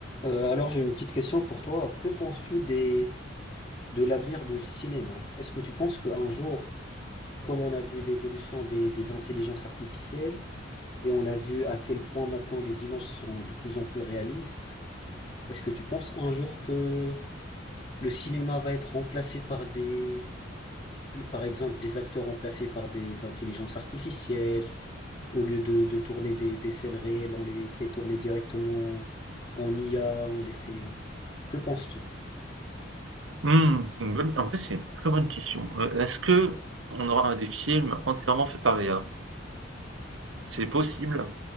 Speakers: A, on the left; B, on the right.
A: Euh, alors j'ai une petite question pour toi. Que penses-tu des de l'avenir du cinéma? Est-ce que tu penses qu'un jour, comme on a vu l'évolution des, des intelligences artificielles et on a vu à quel point maintenant les images sont de plus en plus réalistes, est-ce que tu penses un jour que le cinéma va être remplacé par des, par exemple, des acteurs remplacés par des intelligences artificielles, au lieu de, de tourner des, des scènes réelles, on les fait tourner directement en IA, on les fait... Que penses-tu?
B: Mmh, c'est une bonne en vrai, c'est une très bonne question. Heu, est-ce que on aura des films entièrement faits par IA? C'est possible.